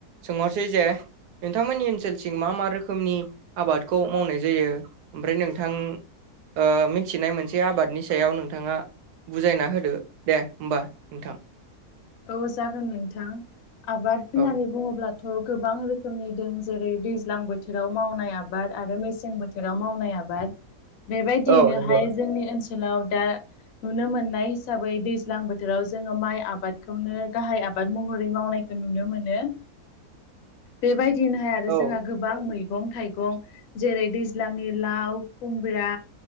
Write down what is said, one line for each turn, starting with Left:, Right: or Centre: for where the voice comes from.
Right: सोंहरसै जेओ नोंथांमोननि ओनसोलथिं मा मा रोखोमनि आबादखौ मावनाय जायो। ओमफ्राय नोंथां ओ मिथिनाय मोनसे आबादनि सायाव नोंथाङा। बुजायना होदो दे होमबा नोंथां ना।
Left: ओ औ जागोन नोंथां आबाद होननानै
Right: औ
Left: बुङोब्ला थ' गोबां रोखोमनि दं जेरै दैज्लां बोथोराव मावनाय आबाद आरो मेसें बोथोराव मावनाय आबाद।
Right: <inaudible>
Left: बेबादियैनो
Right: औ नंगौ
Left: हाया जोंनि ओनसोलाव दा नुनो मोननाय हिसाबै दैज्लां बोथोराव जोङो माइ आबाद खौनो गाहाय आबाद महरै मावनायखौ नुनो मोनो। बेबादिनोहाय आरो
Right: औ
Left: जोंहा गोबां मैगं थाइगं जेरै दैज्लांनि लाव, खुमब्रा